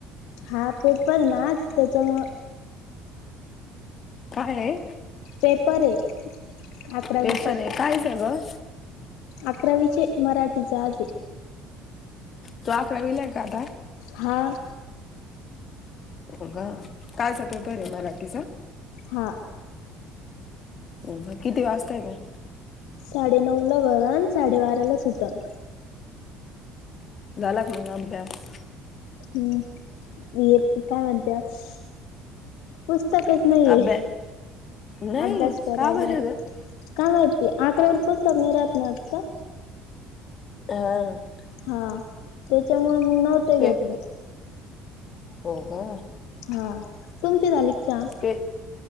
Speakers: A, on the left (about 60°); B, on the left (about 40°).
A: हा पेपर ना आज त्याच्यामुळ,
B: काय आहे?
A: पेपर हे अकरावी
B: पेपर
A: चे.
B: आहे काय झालं?
A: अकरावीचे मराठीचा आज हे
B: तो आकरावीलाये का आता?
A: हा.
B: हो का, कायचा पेपर आहे मराठीचा?
A: हा.
B: हो का, किती वाजताय काय?
A: साडे नऊला भरन, साडेबाराला सुटण.
B: झाला का मग अभ्यास?
A: हम्म, हे काय म्हणत्यात? पुस्तकच नाहीये,
B: अभ्यास नाही
A: अभ्यास करायला.
B: का बरं ग
A: काय माहितीय, अकरावीला पुस्तक नाही राहात ना वाटतं
B: हा.
A: हा, त्याच्यामुळं मंग नव्हते
B: ते
A: घेतले.
B: हो का?
A: हा, तुमची झाली का चहा?
B: ते